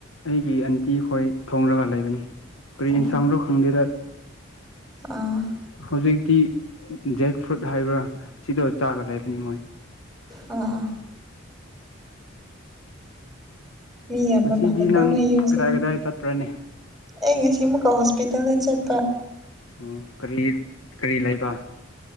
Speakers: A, on the left; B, in the centre.
A: ꯑꯩꯒꯤ ꯑꯟꯇꯤ ꯈꯣꯏ ꯊꯣꯡꯂꯒ ꯂꯩꯕꯅꯤ ꯀꯔꯤ
B: ꯑꯥ
A: ꯏꯟꯁꯥꯡꯗꯣ ꯈꯪꯗꯦꯗ
B: ꯑꯥ
A: ꯍꯧꯖꯤꯛꯇꯤ ꯖꯦꯛ ꯐ꯭ꯔꯨꯠ ꯍꯥꯏꯕ꯭ꯔꯥ ꯁꯤꯗꯣ ꯆꯥꯒ ꯂꯩꯕꯅꯤ ꯃꯣꯏ
B: ꯑꯣ ꯑꯣ ꯃꯤ ꯌꯝꯕ
A: ꯉꯁꯤꯗꯤ
B: ꯃꯥꯜꯂꯦꯀꯣ
A: ꯅꯪ
B: ꯅꯣꯏ ꯌꯨꯝꯁꯦ
A: ꯀꯗꯥꯏ ꯀꯗꯥꯏ ꯆꯠꯄ꯭ꯔꯅꯦ
B: ꯑꯦ ꯉꯁꯤ ꯃꯨꯛ ꯀꯣ ꯍꯣꯁꯄꯤꯇꯥꯜꯗ ꯆꯠꯄ
A: ꯎꯪ ꯀꯔꯤ ꯀꯔꯤ ꯂꯩꯕ